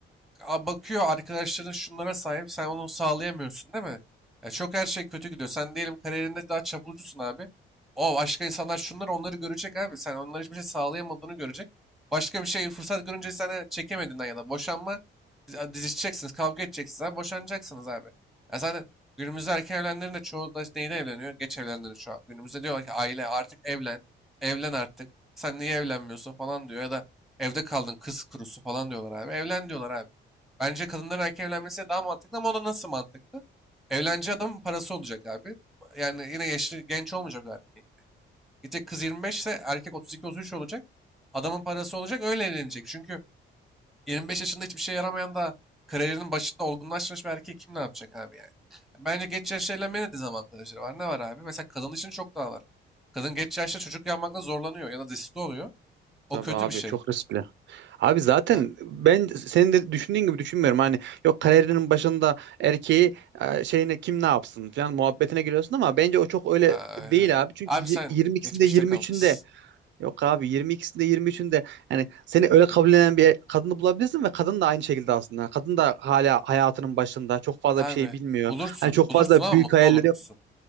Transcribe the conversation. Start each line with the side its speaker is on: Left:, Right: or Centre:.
Centre: a- bakıyor arkadaşların şunlara sahip sen onu sağlayamıyorsun değil mi? Ya çok her şey kötü gidiyor. Sen diyelim kariyerinde daha çapulcusun abi. O başka insanlar şunları onları görecek abi. Sen onlara hiçbir şey sağlayamadığını görecek. Başka bir şey fırsat görünce sana çekemediğinden ya da boşanma di- dizişeceksiniz, kavga edeceksiniz abi, boşanacaksınız abi. Ya zaten günümüzde erken evlenenlerin de çoğu da neyle evleniyor? Geç evlenenlerin şu an. Günümüzde diyorlar ki aile artık evlen, evlen artık. Sen niye evlenmiyorsun falan diyor ya da evde kaldın kız kurusu falan diyorlar abi. Evlen diyorlar abi. Bence kadınların erken evlenmesi daha mantıklı ama o da nasıl mantıklı? Evleneceği adamın parası olacak abi. Yani yine yaşlı genç olmayacak o erkeğin. Gidecek kız 25 ise erkek 32-33 olacak. Adamın parası olacak öyle evlenecek. Çünkü 25 yaşında hiçbir şey yaramayan da kariyerinin başında olgunlaşmış bir erkek kim ne yapacak abi yani? Bence geç yaşta evlenmenin de dezavantajları var. Ne var abi? Mesela kadın için çok daha var. Kadın geç yaşta çocuk yapmakta zorlanıyor ya da desiste oluyor. O
Right: Tabii
Centre: kötü
Right: abi
Centre: bir şey.
Right: çok riskli. Abi zaten
Centre: Ha.
Right: ben senin de düşündüğün gibi düşünmüyorum. Hani yok kariyerinin başında erkeği e, şeyine kim ne yapsın falan muhabbetine giriyorsun ama bence o çok öyle
Centre: Aa,
Right: değil abi. Çünkü
Centre: Abi
Right: y-
Centre: sen
Right: 22'sinde
Centre: geçmişte
Right: 23'ünde
Centre: kalmışsın.
Right: yok abi 22'sinde 23'ünde yani seni öyle kabullenen bir kadını bulabilirsin ve kadın da aynı şekilde aslında. Kadın da hala hayatının başında çok fazla
Centre: Abi
Right: bir şey bilmiyor.
Centre: bulursun.
Right: Hani çok
Centre: Bulursun
Right: fazla
Centre: ama
Right: büyük
Centre: mutlu
Right: hayalleri
Centre: olur musun?
Right: yok.